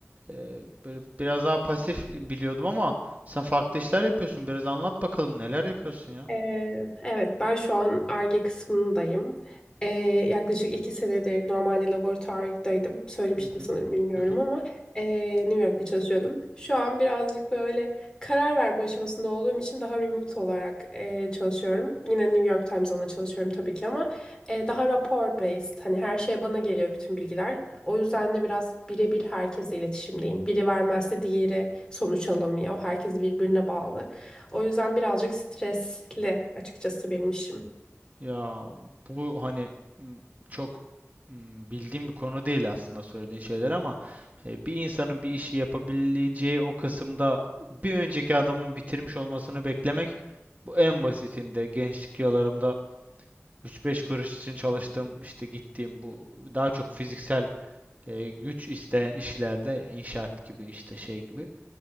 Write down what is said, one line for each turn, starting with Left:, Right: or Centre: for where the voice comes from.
Right: e, böyle biraz daha pasif biliyordum ama sen farklı işler yapıyorsun. Biraz anlat bakalım neler yapıyorsun ya?
Left: Ee, Evet, ben şu an Ar-Ge kısmındayım. Ee, yaklaşık iki senedir normalde laboratuvardaydım. Söylemiştim
Right: Hı hı.
Left: sanırım bilmiyorum
Right: Hı hı.
Left: ama ee, New York'ta çalışıyordum. Şu an birazcık böyle karar verme aşamasında olduğum için daha remote olarak ee, çalışıyorum. Yine New York Times'da çalışıyorum tabii ki ama ee, daha rapor based. Hani her şey bana geliyor bütün bilgiler. O yüzden de biraz birebir herkesle iletişimdeyim. Biri vermezse diğeri sonuç alamıyor. Herkes birbirine bağlı. O yüzden birazcık stresli açıkçası benim işim.
Right: Ya bu hani m, çok m, bildiğim bir konu değil aslında söylediğin şeyler ama e, bir insanın bir işi yapabileceği o kısımda bir önceki adamın bitirmiş olmasını beklemek bu en basitinde gençlik yıllarımda üç beş kuruş için çalıştığım işte gittiğim bu daha çok fiziksel e, güç isteyen işlerde ya inşaat gibi işte şey gibi